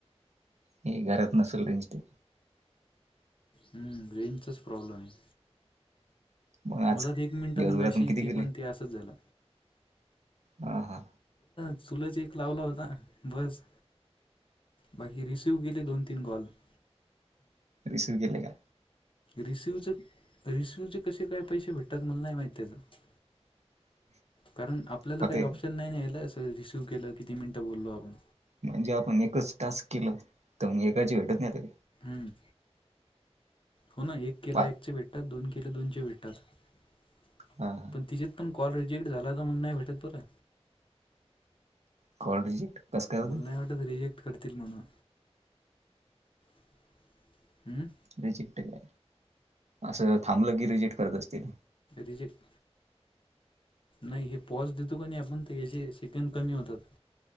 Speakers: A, on the right; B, on the left.
A: मी घरात नसल रेंज तु.
B: हम्म, रेंजचाच प्रॉब्लेम आहे.
A: मग आज
B: मला ते एक मिनटं
A: दिवसभरातून
B: मगाशी
A: किती
B: ते
A: केले
B: पण ते असंच झालं.
A: हा, हा.
B: चुलच एक लावला होता बस बाकी रिसिव केले दोन. तीन कॉल. <inaudible>
A: रिसिव्ह केले का?
B: रिसिवच रिसिवचे कसे काय पैसे भेटतात? मला नाही माहित त्याच.
A: <inaudible>
B: कारण आपल्याला
A: होते
B: काही ऑप्शन नाही ना ह्याला सरळ रिसीव्ह केलं किती मिनिटं बोललो आपण
A: म्हणजे आपण एकच टास्क केलं तर मग एकाची भेटत नाही काय?
B: ह. हो ना एक केला
A: पाच
B: एकचे भेटतात. दोन केले दोन चे भेटतात <inaudible>
A: हा
B: पण तिचेत पण कॉल रिजेक्ट झाला का मग नाही भेटत बरं.
A: कॉल रिजेक्ट कसं काय होतो?
B: मला नाही वाटत रिजेक्ट करतील म्हणून. <inaudible> हम्म.
A: रिजेक्ट काय असं थांबलं की रिजेक्ट करत असतील
B: रिजेक्ट. नाही हे पॉज देतो का नाही आपण याचे सेकंद कमी होतात.